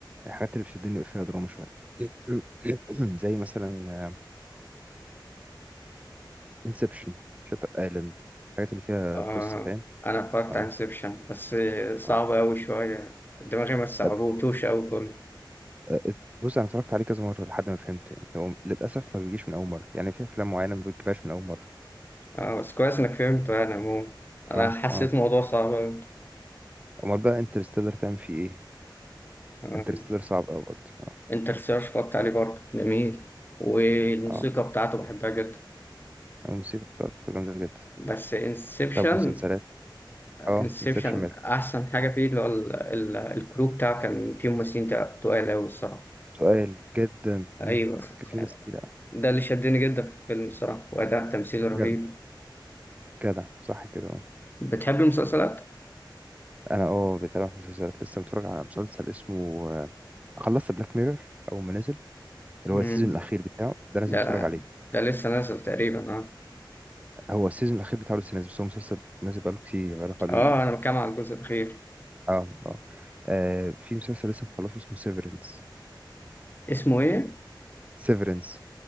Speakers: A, on the right (about 15°); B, on the left (about 25°).
A: الحاجات اللي بتشدني بيبقى فيها دراما شويه <clears throat> زي مثلا انسبشن شاتر ايلاند الحاجات اللي فيها
B: آه
A: قصه فاهم
B: أنا اتفرجت
A: اه
B: على انسبشن بس صعب
A: اه
B: أوي شوية دماغي ما استوعبتوش
A: أب-
B: أوي كله
A: أ- بص انا اتفرجت عليه كذا مره لحد ما فهمته يعني هو للاسف ما بيجيش من اول مره يعني في افلام معينه ما بتجيبهاش من اول مره
B: اه بس كويس انك فهمت يعني عموما انا
A: اه
B: حسيت
A: اه
B: موضوع صعب أوي.
A: امال بقى انترستيلر تعمل فيه ايه
B: آه،
A: انترستيلر صعب قوي برضه اه
B: انت السيرش فكرت عليه برضه جميل والموسيقى
A: اه
B: بتاعته بحبها جدا
A: الموسيقى بتاعته جامده جدا
B: بس انسبشن
A: طب مسلسلات اه
B: انسبشن
A: انسبشن
B: احسن حاجه فيه اللي هو ال- ال- الكرو بتاعه كان فيه ممثلين تق- تقال قوي الصراحه
A: سؤال جدا
B: ايوه
A: مم. كان في
B: يعني
A: ناس كتير آه.
B: ده اللي شدني جدا في الفيلم الصراحه واداء تمثيل رهيب
A: جدع جدع صح كده آه.
B: بتحب المسلسلات
A: انا اه بتابع مسلسلات لسه متفرج على مسلسل اسمه آه، خلصت بلاك ميرور اول ما نزل اللي
B: امم
A: هو السيزون الاخير بتاعه ده لازم
B: ده
A: تتفرج عليه
B: ده لسه نازل تقريبا اه
A: هو السيزون الاخير بتاعه لسه نازل بس هو مسلسل نازل بقاله كتير بقاله حوالي
B: اه انا بتكلم على الجزء الاخير
A: اه اه آه، في مسلسل لسه مخلصه اسمه سيفرنس
B: اسمه ايه
A: سيفرنس